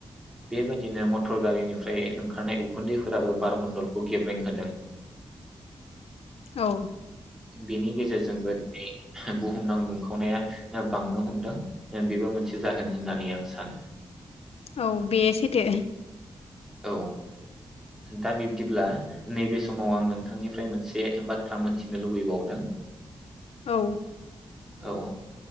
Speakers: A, in the centre; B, on the left.
A: बेबायाददिनो मटर गारिनिफ्राय ओंखारनाय उखुन्दैफोराबो बारमण्डलखौ गेब्रें होदों
B: औ
A: बिनि गेजेरजोंबो दिनै बुहुमनां दुंखावनाया बांनो हमदों बेबो मोनसे जाहोन होननानै आं सानो
B: औ बे सैथो ।
A: औ ओ दा बिब्दिब्ला नैबे समाव आं नोंथांनिफ्राय मोनसे बाथ्रा मोनथिनो लुबैबावदों ।
B: औ
A: औ ओ